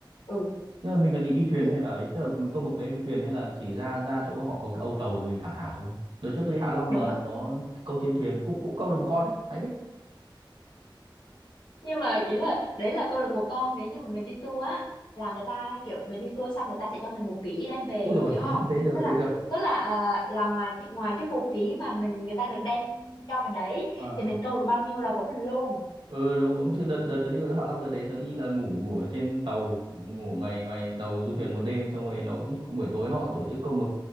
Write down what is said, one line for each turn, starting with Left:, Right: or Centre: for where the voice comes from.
Left: ừ
Right: Nhưng mà mình là đi đi thuyền
Left: tự,
Right: hay là ấy, tức là mình câu mực đấy đi thuyền hay là chỉ ra ra chỗ họ có cái âu tàu rồi mình thả thả xuống. Đợt trước tôi đi Hạ Long
Left: đúng
Right: là
Left: rồi
Right: nó câu trên thuyền cũng cũng câu được một con đấy, hay phết.
Left: nhưng mà ý là đấy là câu lạc bộ con nếu như mà mình đi tour á là người ta kiểu mình đi tour xong người ta sẽ cho mình một ký đem về
Right: Ui rồi,
Left: hiểu
Right: <laughs>
Left: không
Right: thế được,
Left: tức là
Right: thế được.
Left: tức là à, là ngoài cái ngoài cái một ký mà mình người ta được đem cho mình đấy
Right: Ờ.
Left: thì mình câu được bao nhiêu là của mình luôn
Right: ừ đúng đúng chứ đợt đợt tớ đi Hạ Long đợt đấy tớ đi là ngủ ngủ ở trên tàu ngủ ngoài ngoài tàu du thuyền một đêm xong rồi nó cũng, cũng buổi tối nó cũng tổ chức câu mực